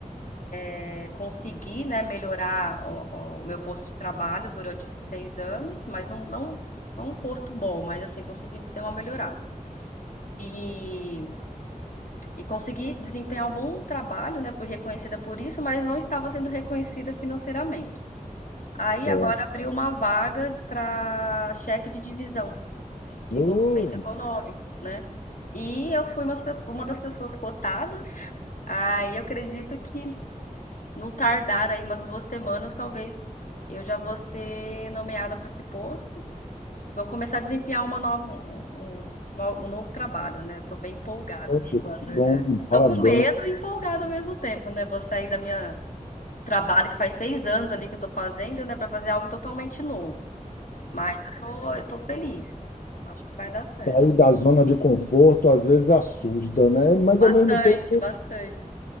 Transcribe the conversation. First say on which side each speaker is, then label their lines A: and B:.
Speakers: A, on the left; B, on the left.
A: eh, consegui, né, melhorar o o meu posto de trabalho durante esses 6 anos, mas não não não um posto bom, mas assim, consegui ter uma melhorada. E e consegui desempenhar um bom trabalho, né, fui reconhecida por isso, mas não estava sendo reconhecida financeiramente. Aí
B: certo.
A: agora abriu uma vaga para chefe de divisão de desenvolvimento
B: Ô,
A: econômico, né? E eu fui umas pes- uma das pessoas cotadas. Aí eu acredito que no tardar aí umas duas semanas, talvez eu já vou ser nomeada para esse posto e vou começar a desempenhar uma nova, um, um- um no- um novo trabalho, né? Tô bem empolgada,
B: poxa,
A: pra
B: que
A: falar a
B: bom,
A: verdade.
B: parabéns.
A: Tô com medo e empolgada ao mesmo tempo, né? Vou sair da minha trabalho que faz seis anos ali que eu tô fazendo, né, Pra fazer algo totalmente novo. Mas eu tô, eu tô feliz. Acho que vai dar certo.
B: Sair da zona de conforto às vezes assusta, né? Mas
A: Bastante,
B: ao mesmo tempo,
A: bastante.